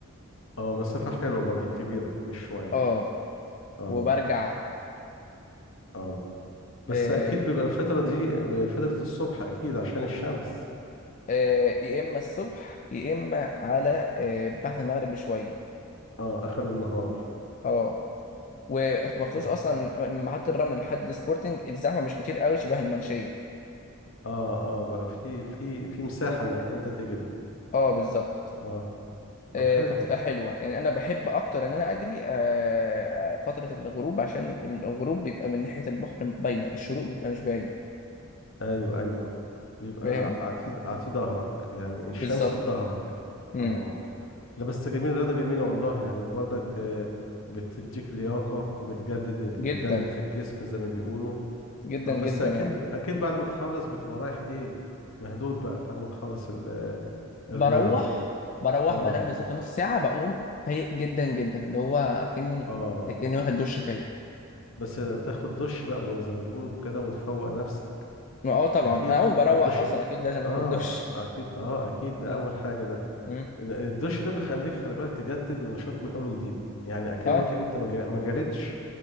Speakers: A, on the left (about 65°); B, on the left (about 35°).
A: اه مسافة حلوة برضك كبيرة مش شوية
B: اه
A: اه
B: وبرجع
A: اه بس
B: أه
A: اكيد بيبقى الفترة دي فترة الصبح اكيد عشان الشمس
B: أه يا اما الصبح يا اما على أه بعد المغرب بشويه
A: اه اخر النهار
B: اه ومخصوص
A: طب
B: اصلا من محطه الرمل لحد سبورتنج الزحمه مش كتير قوي شبه المنشيه
A: اه اه بقى في في في مساحة انك انت تجري
B: اه بالظبط
A: اه طب
B: آه،
A: حلو
B: فبتبقى حلوة يعني أنا بحب أكتر إن أنا أجري آه، آه، فترة الغروب عشان الغروب بيبقى من ناحية البحر باينة الشروق بيبقى مش باين
A: ايوه ايوه بيبقى
B: فاهم
A: عتيد عتيد ظهرك يعني الشمس
B: بالظبط
A: في ظهرك
B: مم.
A: اه لا بس جميل الرياضة جميلة والله يعني برضك آه، بتديك لياقة وبتجدد ال-
B: جدا
A: الدم في الجسم زي ما بيقولوا
B: جدا
A: اه بس
B: جدا
A: اكيد
B: يعني
A: اكيد بعد ما تخلص بتبقى رايح ايه مهدود بقى بعد ما تخلص ال- آه، الرياضة
B: بروح
A: دي
B: بروح
A: اه
B: بنام بالظبط نص ساعة بقوم فايق جدا جدا اللي هو كأني
A: اه
B: كأني واخد دش فايق
A: بس بتاخد دش بقى زي ما بيقولوا كده وتفوق نفسك
B: ما اه طبعا
A: اكيد
B: أنا أول ما بروح
A: الدش
B: أصلا أكيد لازم آخد
A: اه
B: دش
A: اكيد اه اكيد ده
B: اه
A: اول حاجة ده
B: مم.
A: الدش ده بيخليك خلي بالك تجدد النشاط من اول وجديد يعني اكنك
B: اه
A: انت ما جا- ما جريتش